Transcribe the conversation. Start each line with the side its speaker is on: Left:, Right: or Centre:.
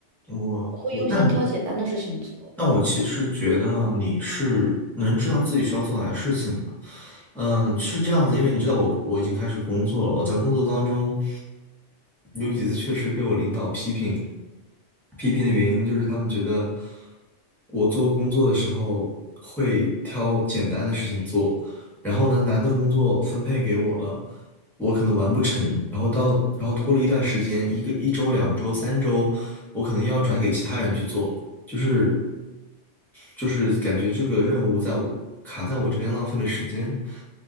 Centre: 嗯我我但我
Right: 我会优先挑简单的事情做。
Centre: 但我其实觉得啊你是能知道自己需要做哪些事情的，嗯，是这样子，因为你知道我我已经开始工作了，我在工作当中有几次确实被我领导批评，批评的原因就是他们觉得我做工作的时候会挑简单的事情做，然后呢，难的工作分配给我了，我可能完不成，然后到然后拖了一段时间，一个一周、两周、三周，我可能要转给其他人去做。就是就是感觉这个任务在我卡在我这边浪费了时间。